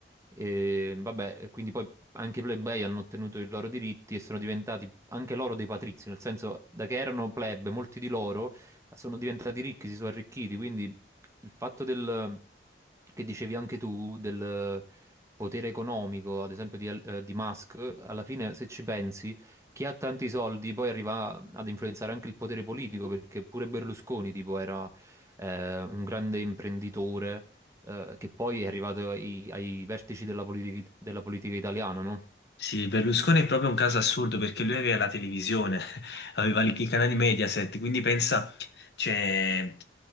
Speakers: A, on the right; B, on the left.
A: e vabbè, e quindi poi anche i plebei hanno ottenuto i loro diritti e sono diventati anche loro dei patrizi, nel senso, da che erano plebe, molti di loro sono diventati ricchi, si sono arricchiti, quindi il fatto del, che dicevi anche tu del potere economico, ad esempio di, eh, di Musk, alla fine se ci pensi, chi ha tanti soldi poi arriva ad influenzare anche il potere politico, perché pure Berlusconi tipo era eh, un grande imprenditore eh, che poi è arrivato ai, ai vertici della, politi- della politica italiana, no?
B: Sì, Berlusconi è proprio un caso assurdo perché lui aveva la televisione, <laughs> aveva i i canali Mediaset, quindi pensa, cioè,